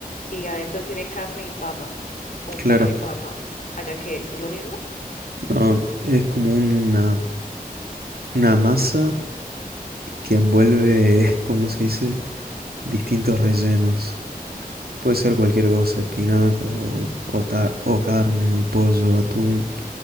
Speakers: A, on the left; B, on the right.
A: y adentro tiene carne y papa o
B: claro.
A: pollo y papa. ¿Allá qué es? ¿Es lo mismo?
B: No, es como una, una masa que envuelve, <laughs> ¿cómo se dice? Distintos rellenos. Puede ser cualquier cosa, espinaca o, o, ta- o carne o pollo, atún,